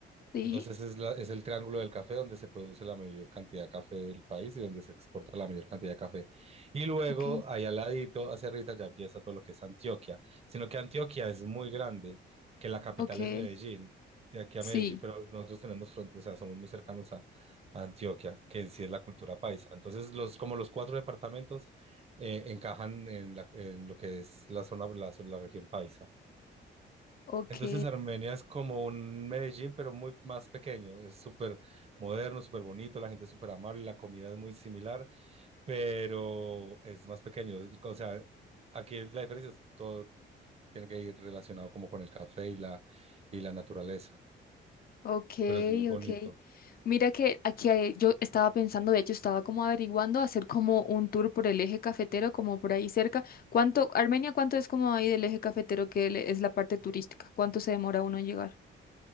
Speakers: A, on the left (about 50°); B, on the right (about 30°).
A: Sí.
B: Entonces es, la- es el triángulo del café donde se produce la mayor cantidad de café del país y donde se exporta la mayor cantidad de café. Y luego,
A: Ok.
B: ahí al ladito, hacia arriba, ya empieza todo lo que es Antioquia. Sino que Antioquia es muy grande, que la capital
A: Ok.
B: es Medellín, de aquí
A: Sí.
B: a Medellín, pero nosotros tenemos fronteras, o sea, somos muy cercanos a, a Antioquia, que en sí es la cultura paisa. Entonces, los, como los cuatro departamentos eh, encajan en, la- en lo que es la zona, la la región paisa.
A: Ok.
B: Entonces Armenia es como un Medellín, pero muy más pequeño. Es súper moderno, súper bonito, la gente es súper amable, la comida es muy similar, pero es más pequeño. Es- O sea, aquí la diferencia es todo tiene que ir relacionado como con el café y la, y la naturaleza,
A: Ok,
B: pero es muy bonito.
A: ok. Mira que aquí hay- yo estaba pensando, de hecho estaba como averiguando hacer como un tour por el eje cafetero, como por ahí cerca. ¿Cuánto, Armenia, cuánto es como ahí del eje cafetero que le- es la parte turística? ¿Cuánto se demora uno en llegar?